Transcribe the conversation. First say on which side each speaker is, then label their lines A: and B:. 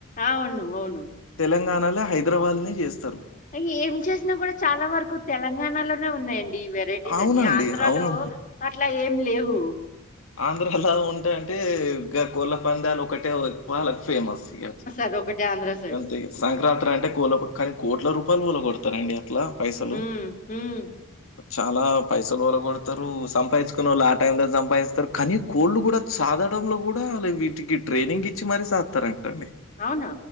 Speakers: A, on the left; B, on the left.
A: అవును ఓను.
B: తెలంగాణలో హైదరాబాద్ల చేస్తారు.
A: అ ఏం చేసినా కూడా చాలా వరకు తెలంగాణలోనే ఉన్నాయండి ఈ వెరైటీలన్నీ
B: అవునండి
A: ఆంధ్రాలో.
B: అవును
A: అట్లా ఏం లేవు.
B: ఆంధ్రలా ఉంటా అంటే గ కోళ్ళ పందాలు ఒకటే ఎక్కువ వాళ్ళకి ఫేమస్ ఇక.
A: అదొక్కటే ఆంధ్రస్.
B: అంతే సంక్రాంతి అంటే కూల కానీ కోట్ల రూపాయలు కూల కొలగొడతారండిగా. లా పైసలు.
A: హ్మ్. హ్మ్.
B: చాలా పైసలు వాళ్ల కొడతారు సంపాదించుకునే వాళ్ళు ఆ టైమ్ లో సంపాదిస్తారు కానీ. కోళ్ళ కూడా చదడంలో కూడా వీటికి ట్రైనింగ్ ఇచ్చి మరీ సాస్తారంటండి.
A: అవునా